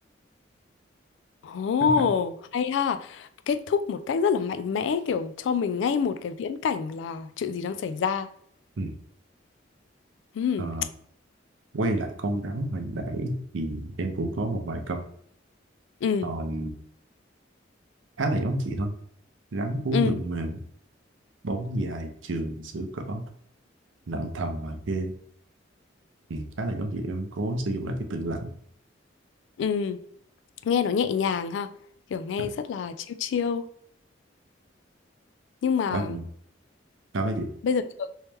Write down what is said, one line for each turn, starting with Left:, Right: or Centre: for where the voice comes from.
Left: ồ
Right: khá khá.
Left: hay ha kết thúc một cách rất là mạnh mẽ kiểu cho mình ngay một cái viễn cảnh là chuyện gì đang xảy ra
Right: ừ.
Left: ừ
Right: Ờ, quay lại con rắn hồi nãy thì em cũng có một vài câu
Left: ừ
Right: còn khá là giống chị thôi rắn uống
Left: ừ
Right: lượn mềm bóng dài trường sữa cỏ lặng thầm và ghê ừ, khá là giống chị em cố sử dụng lại cái từ lặng
Left: ừ nghe nó nhẹ nhàng ha kiểu nghe
Right: đó
Left: rất là chill chill nhưng mà
Right: đó thì- đó chị
Left: bây giờ trời,